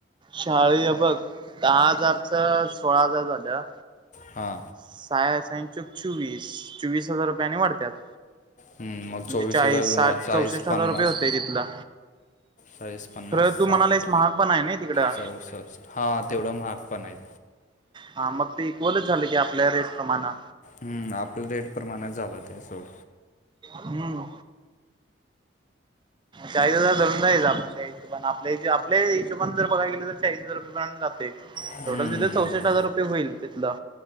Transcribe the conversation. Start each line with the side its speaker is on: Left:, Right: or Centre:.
Right: शाळी अ बघ दहा हजारचा सोळा हजार झाल्या.
Left: हां
Right: साहा सेन चूक चोवीस चोवीस हजार रुपयाने वाढत्यात.
Left: हम्म, मग
Right: म्हणजे
Left: चोवीस
Right: चाळीस
Left: हजार अजून
Right: साठ
Left: वाढ- चाळीस
Right: चौसष्ट
Left: पन्नास
Right: हजार रुपये होते तिथला.
Left: चाळीस पन्नास
Right: खरं तू म्हणालास
Left: साठ
Right: महाग पण आहे ना तिकडं.
Left: चौसष्ट हां तेवढं महाग पण आहेत.
Right: हा मग ते इक्वलच झालं की आपल्या रेट प्रमाणा.
Left: हम्म आपलं डेट प्रमाणाझालं ते सोड.
Right: हम्म चाळीस हजार धरून <unintelligible> आपण देयाचा पण आपल्ये जे हिशोबाने जर आपल्या बघाय गेलं तर चाळीस हजार रुपये पण जात ते
Left: हम्म,
Right: टोटल तिथे चौसष्ट हजार रुपये होईल तिथलं.